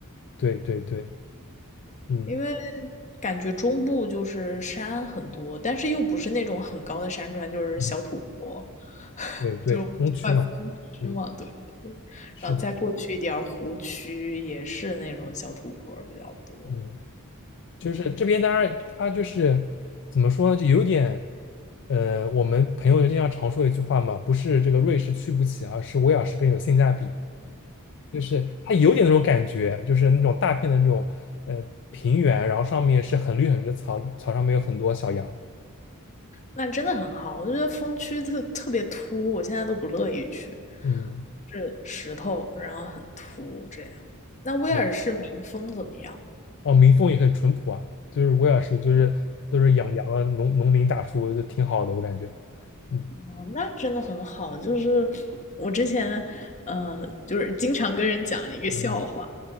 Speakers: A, on the left; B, on the left.
A: 对对对，嗯
B: 因为感觉中部就是山很多，但是又不是那种很高的山川，就是小土坡，
A: 嗯，对对，
B: 就是快峰区嘛，
A: 东区嘛，嗯，
B: 对。
A: 是的，
B: 然后再过去一点儿湖区也是那种小土坡比较多，
A: 嗯。就是这边当然他就是怎么说呢，
B: 嗯。
A: 就有点，呃，我们朋友经常常说的一句话嘛，不是这个瑞士去不起啊，而是威尔士更有性价比。就是它有点那种感觉，就是那种大片的那种呃平原，然后上面是很绿很绿的草，草上面有很多小羊。
B: 那真的很好，我觉得风区特特别秃，我现在都不乐意去，
A: 嗯，
B: 是石头，然后很秃这样。那威尔士民风怎么样？
A: 对，哦，民风也很淳朴啊，就是威尔士就是都是养羊啊，农农民大叔就挺好的，我感觉。嗯
B: 哦，那真的很好。就是我之前，呃，就是经常跟人讲了一个笑话，
A: 嗯